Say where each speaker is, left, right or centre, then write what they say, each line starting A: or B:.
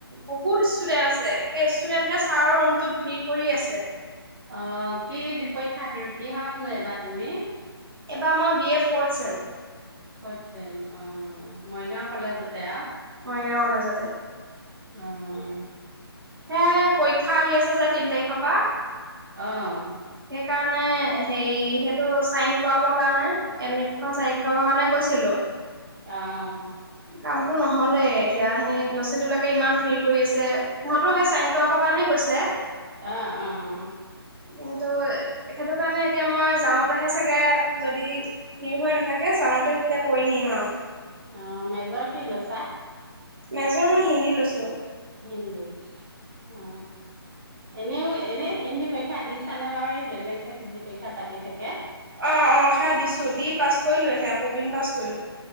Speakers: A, on the right; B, on the right.
A: বহুত ষ্টুডেন্ট আছে ষ্টুডেণ্টে ছাৰৰ ৰুমটোত ভিৰ কৰি আছে
B: অ কি পৰীক্ষা কিহত নো এইবাৰ তুমি।
A: এবাৰ মই বি এ প়চ
B: ফৰট চেম অ মৰিগাঁও কলেজতে আ।
A: মৰিগাঁও কলেজতে
B: অহ
A: হে পৰীক্ষা আহি আছে যে তিন তাৰিখৰ পৰা
B: অ
A: কাৰণে হেৰি সেইটো চাইন কৰাব কাৰণে এডমিট খন চাইন কৰা কাৰণে গৈছিলো
B: অহ
A: কামতটো নহলে এতিয়া সেই ল'ছোৱালী বিলাকে ইমান ভিৰ কৰি আছে সিহঁতো সেই চাইন কৰাব কাৰণে গৈছে
B: আ অ উ
A: কিন্তু সেইটো কাৰণে এতিয়া মই যাওঁতেহে চাগে যদি ভিৰ হৈ নাথাকে যাওঁতে তেতিয়া কৰি নিম আৰু
B: অ মেজৰ কি লৈ চা
A: মেজৰ মই হিন্দী লৈছো
B: হিন্দী অ এনেও এনেই হিন্দী পৰীক্ষা দিছানে বাৰু এই বেলেগ যে হিন্দী পৰীক্ষা পাতি থাকে
A: অ অ সেয়া দিছো দি পাছ কৰিলো সেয়া প্ৰবীন পাছ কৰিলো